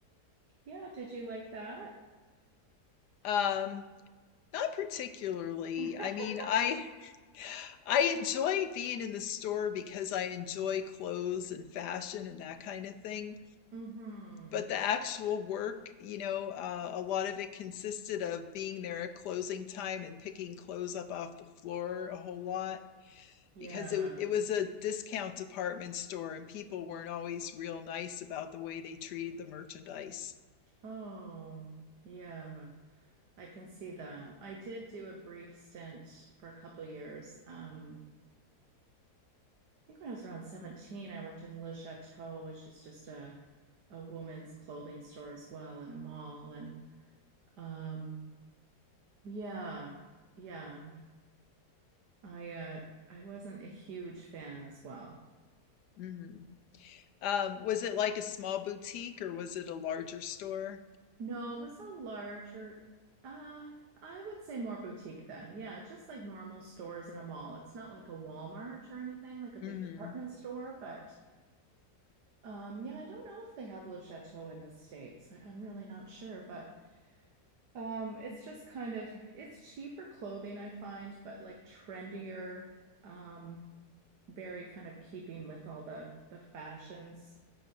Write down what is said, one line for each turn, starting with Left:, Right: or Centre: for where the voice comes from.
Right: Yeah, did you like that?
Left: Um, not particularly.
Right: <laughs>
Left: I mean, I I enjoy being in the store because I enjoy clothes and fashion and that kind of thing.
Right: Mm-hmm.
Left: But the actual work, you know, uh, a lot of it consisted of being there at closing time and picking clothes up off the floor a whole lot
Right: Yeah.
Left: because it, it was a discount department store and people weren't always real nice about the way they treated the merchandise.
Right: Oh, yeah. I can see that. I did do a brief stint for a couple years. Um, I think when I was around 17, I worked in Le Chateau, which is just a a woman's clothing store as well in a mall. And um, yeah, yeah. I uh I wasn't a huge fan as well.
Left: Mhm. Um, was it like a small boutique or was it a larger store?
Right: No, it was a larger, uh, I would say more boutique then. Yeah, just like normal stores in a mall. It's not like a Walmart or anything, like a
Left: hmm
Right: big department store, but um, yeah, I don't know if they have Le Chateau in the States. I, I'm really not sure, but um, it's just kind of it's cheaper clothing I find, but like trendier, um, very kind of keeping with all the the fashions.